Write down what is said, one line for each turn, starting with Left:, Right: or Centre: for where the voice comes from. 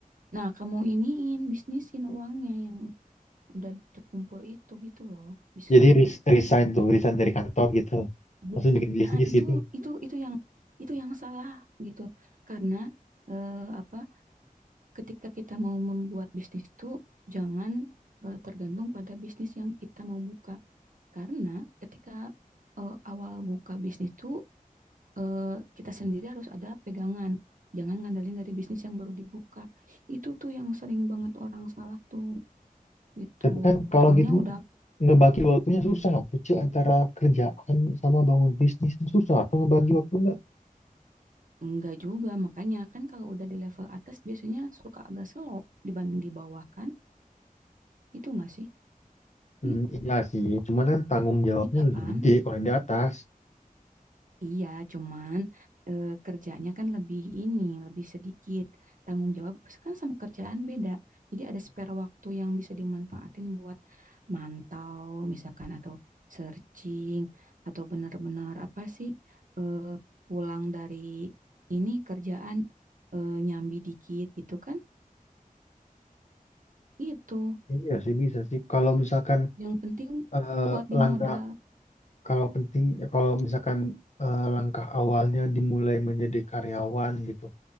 Right: Nah, kamu iniin bisnisin uangnya yang udah terkumpul itu gitu loh. Bisa
Left: jadi
Right: nggak
Left: res-
Right: tuh?
Left: resign tuh resign dari kantor gitu
Right: Bisa.
Left: langsung bikin bisnis
Right: Nah, itu
Left: gitu
Right: itu itu yang itu yang salah gitu. Karena eh, apa? Ketika kita mau membuat bisnis itu jangan eh, tergantung pada bisnis yang kita mau buka. Karena ketika eh, awal buka bisnis itu eh, kita sendiri harus ada pegangan. Jangan ngandelin dari bisnis yang baru dibuka. Itu tuh yang sering banget orang salah tuh. gitu.
Left: tapi kan kalau
Right: Soalnya
Left: gitu mah
Right: udah
Left: ngebagi waktunya susah Cek antara kerjaan sama bangun bisnis tuh susah atau ngebagi waktunya
Right: enggak juga, makanya kan kalau udah di level atas biasanya suka agak slow dibanding di bawah kan? Itu enggak sih?
Left: hmm,
Right: Gitu.
Left: iya sih cuman kan tanggung jawabnya
Right: Iya
Left: lebih
Right: kan?
Left: gede kalau yang di atas
Right: Iya, cuman eh, kerjanya kan lebih ini, lebih sedikit. Tanggung jawab kan sama kerjaan beda. Jadi ada spare waktu yang bisa dimanfaatin buat mantau misalkan atau searching atau benar-benar apa sih eh, pulang dari ini kerjaan eh, nyambi dikit gitu kan Itu
Left: iya sih bisa sih kalau misalkan
Right: yang penting
Left: eh,
Right: kuat di modal.
Left: langkah kalau penting kalau misalkan eh, langkah awalnya dimulai menjadi karyawan gitu